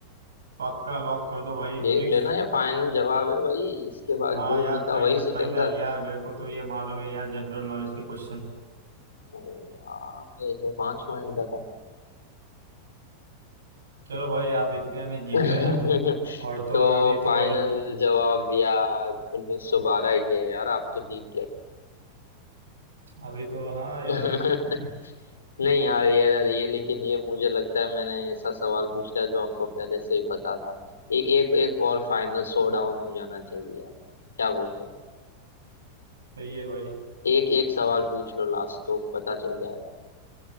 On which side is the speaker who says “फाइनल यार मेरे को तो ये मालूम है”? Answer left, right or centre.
Right